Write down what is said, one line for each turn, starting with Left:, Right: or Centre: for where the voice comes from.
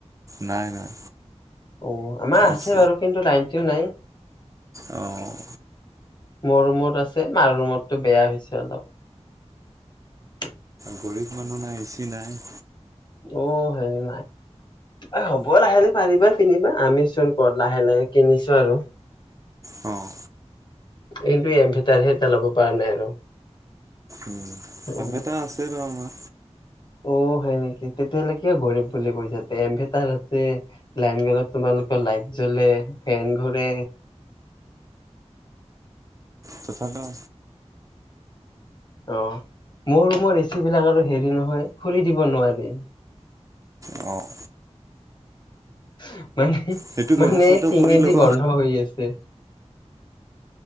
Right: নাই, নাই।
Left: অ' আমাৰ আছে,
Right: ইচ
Left: বাৰু কিন্তু লাইনটো নাই।
Right: অ',
Left: মোৰ ৰুমত আছে, মাৰ ৰুমৰটো বেয়া, হৈছে অলপ।
Right: গৰীব মানুহ নাই, এ, চি নাই।
Left: অ, হেৰি নাই, অ, হ'ব লাহে, লাহে পাৰিবা, কিনিবা, আমিচোন, ক'ত লাহে, লাহে কিনিছো, আৰু।
Right: অ'
Left: কিন্তু, এম ভেটাৰ, এটা লব, পৰা নাই আৰু।
Right: উম,
Left: উম,
Right: ইন ভেটাৰ, আছে ৰ, আ
Left: অ' হয়, নেকি তেতিয়াহলে কিয় গৰব বুলি কৈ থাকে তে, এমভেটাৰ আছে, লাইন গীলত তোমালোকৰ লাইট জ্বলে, ফেন ঘৰে।
Right: তথাপিও
Left: অ, মোৰ ৰুমৰ, এচি বিলাক আৰু হেৰি নহয়, খুলি দিব নোৱাৰি।
Right: অ'
Left: <inaudible> মানে,
Right: সেইটো
Left: মানে
Right: ব্যৱস্থাটো
Left: টিঙেদি
Right: কৰি ল'ব।
Left: বন্ধ হৈ আছে।